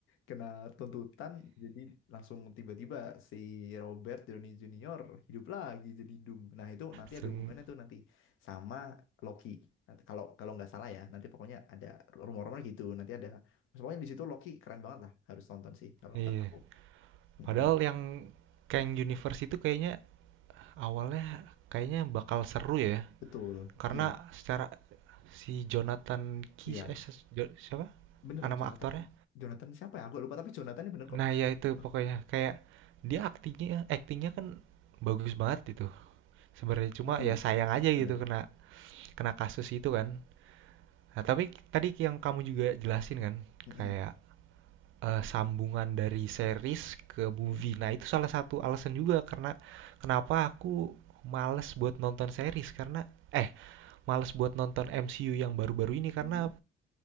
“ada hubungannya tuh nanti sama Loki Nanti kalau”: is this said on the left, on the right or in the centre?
Left